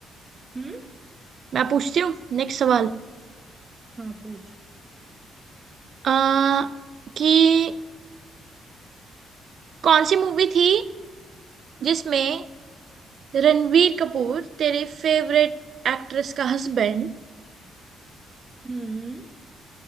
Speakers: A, on the right; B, on the right.
A: हम्म
B: मैं पूछती हूँ नेक्स्ट सवाल
A: हाँ पूछ
B: आ, कि कौन सी मूवी थी जिसमें रणवीर कपूर तेरे फेवरेट एक्ट्रेस का हस्बैंड
A: हम्म